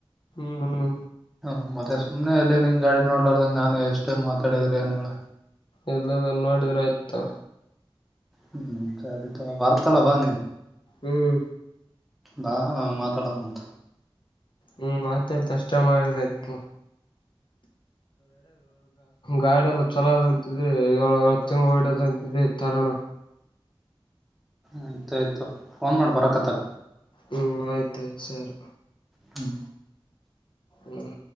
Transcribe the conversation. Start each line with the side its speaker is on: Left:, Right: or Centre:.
Left: ಹ್ಮ್ ಹ್ಮ್
Centre: ಹ ಮತ್ತೆ ಸುಮನೆ ಎಲ್ಲಿ ನಿನ್ ಗಾಡಿ ನೋಡ್ಲಾರದಂಗ ನಾನು ಎಷ್ಟೇ ಮಾತಾಡಿದ್ರಿ ಏನ್ ಹೇಳ
Left: ಎಲ್ಲ ನೋಡಿದ್ರ ಆಯ್ತ
Centre: ಹ್ಮ್ ಸರಿತ ಬರ್ತಲ್ಲ ಬಾ ನೀನ್
Left: ಹ್ಮ್
Centre: ಹಾ ಮಾತಾಡಂತ
Left: ಹ್ಮ್ ಮತ್ತ ಕಷ್ಟ ಮಾಡತ ಗಾಡಿ ಎಲ್ಲ ಚಲೋದಂತಿದೆ ಏಳ ಏಳ ತಿಂಗಳು ಹೊಡದಂತಿ ತರಣ
Centre: ಆಯ್ತ ಆಯ್ತು ಫೋನ್ ಮಾಡ್ ಬರಕ್ಕತ್ತ
Left: ಹ್ಮ್ ಆಯ್ತ ಆಾಯ್ತು ಸರ್
Centre: ಹ್ಮ್
Left: ಹ್ಮ್